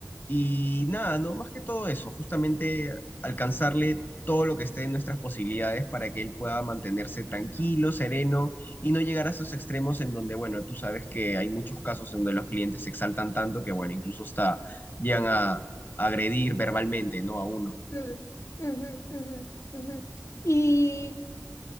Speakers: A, on the left; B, on the left.
A: Y nada, ¿no? Más que todo eso, justamente alcanzarle todo lo que esté en nuestras posibilidades para que él pueda mantenerse tranquilo, sereno y no llegar a esos extremos en donde, bueno, tú sabes que hay muchos casos en donde los clientes se exaltan tanto que, bueno, incluso hasta llegan a, a agredir verbalmente, ¿no? A uno.
B: ujú, ujú, ujú, ujú. Y